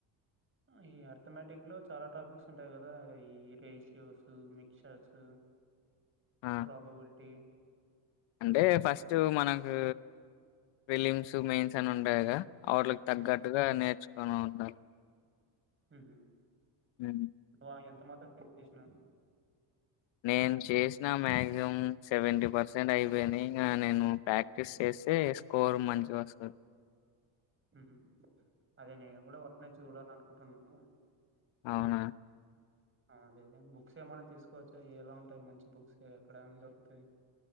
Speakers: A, on the right (about 25°); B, on the left (about 80°).
A: ఈ అర్థమ్యాటిక్ లో చాలా టాపిక్స్ ఉంటాయి కదా ఈ రేషియోస్ మిక్చర్స్
B: ఆ
A: ప్రాబబిలిటీ
B: అంటే ఫస్ట్ మనకు విలిమ్స్ మెయిన్స్ అని ఉంటాయిగా అవట్లకు తగ్గట్టుగా
A: హ్మ్.
B: నేర్చుకోని ఉండాలి
A: ఉహు
B: హ్మ్.
A: వా ఎంత మాత్రం <unintelligible> చేసినావ్
B: నేను చేసిన మాక్సిమం సెవెంటీ పర్సెంట్ అయిపోయింది ఇంగా నేను ప్రాక్టీస్ చే సే స్కోర్ మంచి వస్తు
A: ఉహు అదే నేను కూడా వాటినే చూడాల అనుకుంటున్నాను
B: అవునా
A: అదే బుక్స్ ఏమన్నా తీసుకోవచ్చా ఎలా ఉంటాయి మంచి బుక్స్ ఎక్కడ దొరుకుతాయి